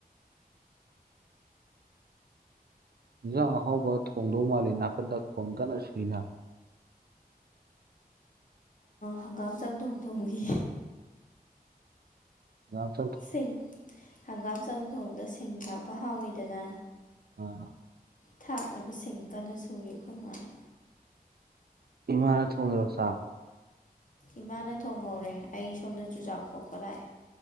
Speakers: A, on the right; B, on the left.
A: ꯌꯦꯟꯁꯥꯡ ꯑꯍꯥꯎꯕ ꯊꯣꯡꯗꯧ ꯃꯥꯜꯂꯤꯦ ꯅꯥꯀꯟꯗ ꯈꯣꯟ ꯀꯟꯅ ꯁꯨꯏꯅ
B: ꯍꯪꯒꯥꯝ ꯆꯝꯊꯣꯡ ꯊꯣꯡꯈꯤ
A: ꯉꯥꯏꯍꯥꯛꯇꯪ
B: ꯁꯤꯡ ꯍꯪꯒꯥꯝ ꯆꯪ ꯊꯣꯡꯗ ꯁꯤꯡ ꯊꯥꯛꯄ ꯍꯥꯎꯋꯤꯗꯅ
A: ꯑ
B: ꯊꯥꯛꯅꯕꯁꯤꯡ ꯀꯟꯅ ꯁꯨꯔꯤ ꯑꯩꯈꯣꯏ ꯃꯥꯅ
A: ꯏꯃꯥꯔꯠ ꯍꯒꯔꯣ ꯁꯥ
B: ꯏꯃꯥꯅ ꯊꯣꯡꯍꯧꯔꯦ ꯑꯩ ꯁꯣꯝꯗ ꯆꯨꯖꯥꯛ ꯀꯣꯛꯄ ꯂꯥꯛꯑꯦ